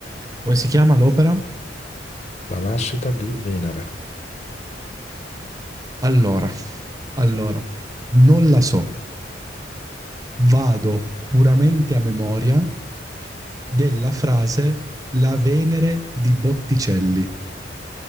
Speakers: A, on the right (about 20°); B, on the left (about 40°).
A: Come si chiama l'opera?
B: La nascita di Venere.
A: Allora, allora, non la so, vado puramente a memoria della frase la Venere di Botticelli.